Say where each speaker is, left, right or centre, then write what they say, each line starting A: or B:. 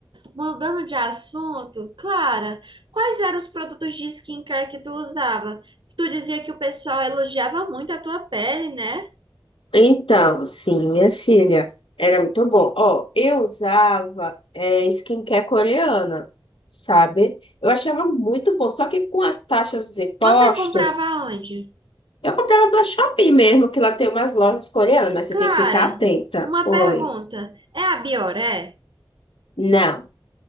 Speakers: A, on the right; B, on the left.
A: mudando de assunto, Clara, quais eram os produtos de skincare que tu usava? Tu dizia que o pessoal elogiava muito a tua pele, né?
B: Então, sim, minha filha, era muito bom. Ó, eu usava é, skincare coreana, sabe? Eu achava muito bom. Só que com as taxas dos impostos,
A: Você comprava onde?
B: eu comprava da Shopee mesmo, que lá tem umas lojas coreanas, mas você
A: Clara,
B: tem que ficar atenta.
A: uma
B: Oi.
A: pergunta. É a Bioré?
B: Não,